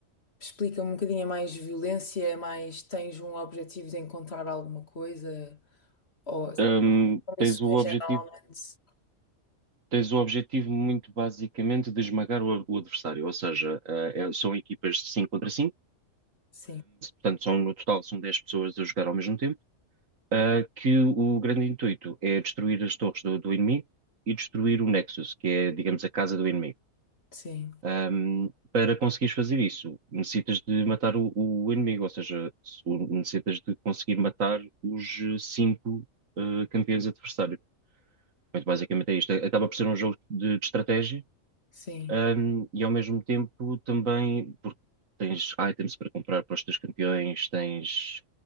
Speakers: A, on the left; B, on the right.
A: explica-me um bocadinho, é mais violência, é mais tens um objetivo de encontrar alguma coisa? Ou são
B: Ahm, tens
A: missões
B: o objetivo,
A: geralmente?
B: tens o objetivo muito basicamente de esmagar o, o adversário, ou seja, ah, é- são equipas de 5 contra 5,
A: Sim,
B: portanto, são, no total são 10 pessoas a jogar ao mesmo tempo ah, que o grande intuito é destruir as torres do, do inimigo e destruir o Nexus, que é, digamos, a casa do inimigo.
A: sim,
B: Ahm, para conseguires fazer isso, necessitas de matar o, o inimigo, ou seja, se- o- necessitas de conseguir matar os eh, cinco ah, campeões adversários. Portanto, basicamente é isto. Acaba por ser um jogo de, de estratégia,
A: sim,
B: ahm, e ao mesmo tempo também, porque tens items para comprar para os teus campeões, tens,